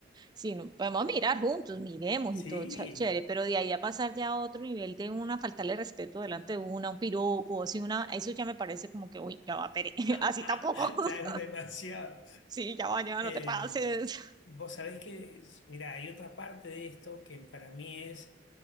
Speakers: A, on the right; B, on the left.
A: Sí, no, podemos mirar juntos, miremos y
B: Sí,
A: todo ch- chévere, pero de ahí a pasar ya a otro nivel de una, faltarle respeto delante de una, un piropo, así una, eso ya me parece como que, uy, ya va, pere, <laughs>
B: <laughs>
A: así tampoco, <laughs>
B: Ya demasiado.
A: sí, ya va, ya
B: Eh,
A: no te pases,
B: vos sabés que, mira, hay otra parte de esto que para mí es